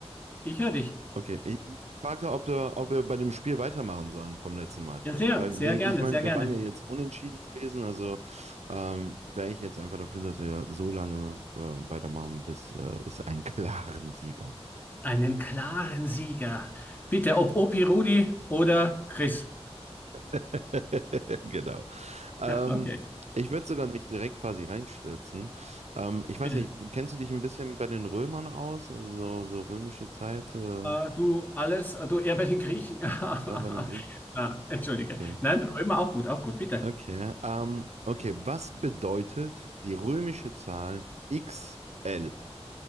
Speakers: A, on the left; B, on the right.
A: ich höre dich.
B: Okay, ich, ich fragte, ob, du, ob wir bei dem Spiel weitermachen sollen vom letzten Mal.
A: Ja, sehr,
B: Weil
A: sehr
B: wir,
A: gerne,
B: ich meine,
A: sehr
B: wir
A: gerne.
B: waren ja jetzt unentschieden gewesen, also ähm, wäre ich jetzt einfach dafür, dass wir so lange äh, weitermachen, bis äh, es einen klaren Sieger gibt.
A: Einen klaren Sieger. Bitte, ob Opi, Rudi oder Chris.
B: <laughs> Genau. Ähm,
A: Ja, Okay,
B: ich würde sogar mich direkt quasi reinstürzen. Ähm, ich weiß
A: bitte.
B: nicht, kennst du dich ein bisschen bei den Römern aus? Also so, so römische Zeit, äh,
A: Äh, du alles, äh, du eher bei den Griechen. <laughs>
B: ja, bei den Griechen?
A: Ah, entschuldige.
B: Okay.
A: Nein, Römer auch gut, auch gut, bitte.
B: Okay. Ähm, okay, was bedeutet die römische Zahl XL?